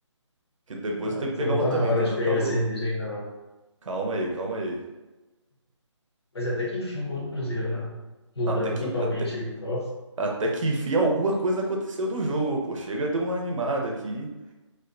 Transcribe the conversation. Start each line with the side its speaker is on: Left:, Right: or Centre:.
Right: Que depois
Left: Ah,
Right: eu tenho
Left: Então
Right: que pegar
Left: não
Right: uma
Left: tá
Right: também,
Left: na hora
Right: tá
Left: de
Right: dando
Left: pegar
Right: calor.
Left: a cerveja ainda não.
Right: Calma aí, calma aí.
Left: Mas até que enfim o gol do Cruzeiro, né? Mudando
Right: Não, até que,
Left: totalmente
Right: até,
Left: aí o top.
Right: até que enfim alguma coisa aconteceu do jogo, pô. Chega de uma animada aqui.